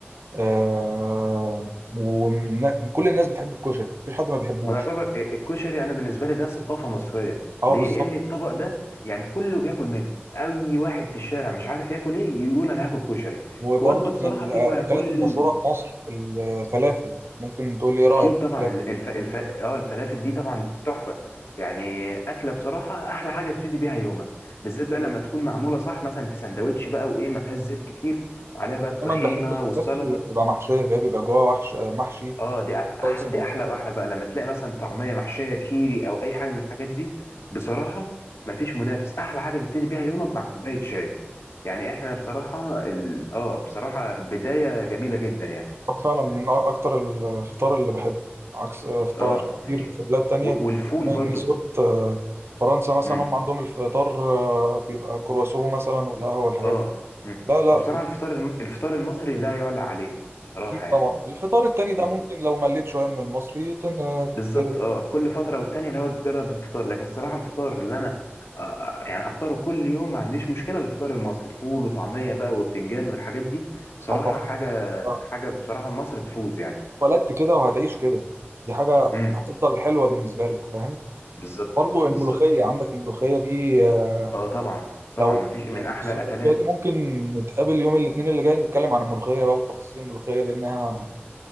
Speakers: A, on the right; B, on the left.
A: آه
B: مم.
A: وكل الناس بتحب الكشري مفيش حد ما بيحبوش
B: هو يعتبر الكشري أنا بالنسبة لي ده ثقافة مصرية
A: اه
B: ليه
A: بالظبط
B: لأن الطبق ده يعني كله بياكل منه أي واحد في الشارع مش عارف ياكل إيه يقول أنا هاكل كشري
A: وبرضه
B: وجبة بصراحة
A: من
B: في
A: الأكلات
B: كل
A: المشهورة في مصر الفلافل ممكن تقول لي إيه رأيك
B: اكيد
A: في
B: طبعا
A: الفلافل
B: ال- الف... الف... اه الفلافل دي طبعا تحفه يعني اكله بصراحه احلى حاجه تبتدي بيها يومك بالذات بقى
A: إيه؟
B: لما تكون معموله صح مثلا في سندوتش بقى وايه ما فيهاش زيت كتير وعليها بقى الطحينه
A: دايما بحب الفلافل
B: والسلطه
A: اللي بتبقى محشية اللي هي بيبقى جواها وحش محشي
B: اه دي أ- احلى
A: صلصة
B: دي
A: أو
B: احلى
A: كده
B: واحلى بقى لما تلاقي مثلا طعميه محشيه كيري او اي حاجه من الحاجات دي بصراحه ما فيش منافس احلى حاجه تبتدي بيها يومك مع كوبايه شاي يعني احنا بصراحه ال... اه بصراحه بدايه جميله جدا يعني
A: هو فعلا من أ- أكتر الفطار اللي بحبه عكس فطار
B: اه يعني
A: كتير في بلاد تانية
B: و... والفول
A: بما
B: برضو
A: إني زرت آه، فرنسا مثلا
B: مم.
A: هم عندهم الفطار آه، بيبقى كرواسون مثلا والقهوة والحاجات
B: اه
A: دي
B: مم.
A: لا لا
B: هو بصراحة الفطار الم... الفطار المصري لا يعلى عليه بصراحة
A: أكيد
B: يعني
A: طبعا الفطار التاني ده
B: مم.
A: ممكن لو مليت شوية من المصري تن-
B: بالظبط
A: ت-
B: اه كل فترة والتانية اللي هو تجرب الفطار لكن صراحة الفطار اللي انا آه آه، يعني افطره كل يوم ما عنديش مشكلة الفطار المصري فول وطعمية بقى وبتنجان والحاجات دي بصراحة
A: اه
B: حاجة
A: طبعا
B: حاجة بصراحة مصر تفوز يعني
A: اتولدت كده وهتعيش كده دي حاجة
B: امم
A: هتفضل حلوة بالنسبة لك فاهم
B: بالظبط
A: برضو الملوخية
B: بالظبط
A: عندك الملوخية دي آه،
B: اه طبعا طبعا
A: لو
B: مفيش
A: يعني
B: من احلى
A: بص
B: الاكلات
A: الملوخية دي ممكن نتقابل يوم الاثنين اللي جاي نتكلم عن الملوخية بقى وتفاصيل الملوخية لأنها